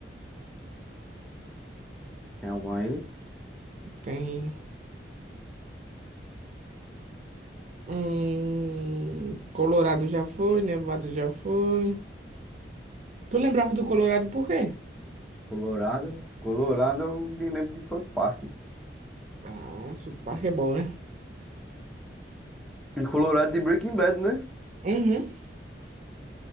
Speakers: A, in the centre; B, on the right.
A: Tem algum aí?
B: Tem hum, Colorado já foi, Nevada já foi. Tu lembrava do Colorado por quê?
A: Colorado. Colorado, eu me lembro de South Park.
B: Ah, sotaque é bom, né?
A: E Colorado de Breaking Bad, né?
B: Uhum.